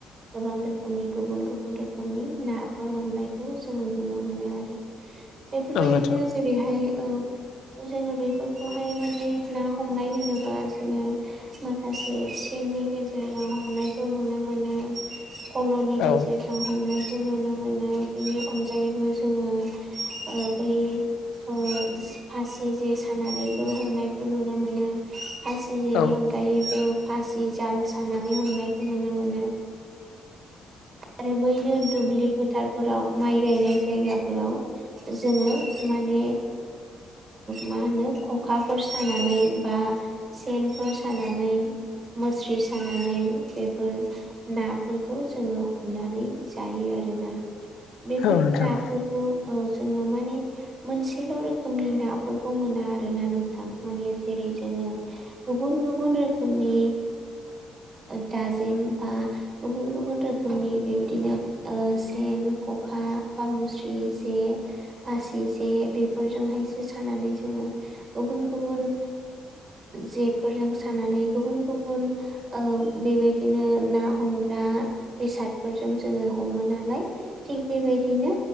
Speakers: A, on the right; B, on the left.
A: गोबां रोखोमनि गुबुन गुबुन रोखोमनि नाफोर हमनायखौ जोङो नुनो मोनो आरो बेफोरबायदिनो
B: औ नोंथां
A: जेरैहाय औ जोङो बेफोर खौहाय माने ना हमनाय होनोबा जोङो माखासे सेननि गेजेराव हमनाय <inaudible> खौ नुनो मोनो फल'नि गेजेरजों
B: औ
A: हमनायखौ नुनो मोनो। बेनि अनगायैबो जोङो ओ बै ओ फासि जे सानानैबो हमनायखौ नुनो मोनो फासि जेनि
B: औ
A: अनगायैबो फासि जाल सा नानै हमनाय नुनो मोनो आरो बैनो दुब्लि फोथारफोराव माइ गायनाय जायगाफोराव जोङो माने मा होनो खखाफोर सानानै बा सेनफोर सानानै मुस्रि सानानै बेफोर नाफोरखौ जोङो हमनानै जायो आरोना। बेफोर
B: औ नोंथां
A: नाफोरखौ जोङो माने मोनसेल रोखोमनि नाफोरखौ मोना आरोना नोंथां माने जेरै जोङो गुबुन गुबुन रोखोमनि दाजिम बा गुबुन गुबुन रोखोमनि बेबायदिनो सेन खखा बा मुस जे फासि जे बेफोरजोंहायसो सानानै जोङो गुबुन गुबुन जेफोरजों सानानै गुबुन गुबुन ओ बेबायदिनो ना हमग्रा बेसादफोरजों जोङो हमो नालाय थिग बेबायदि बेबायदिनो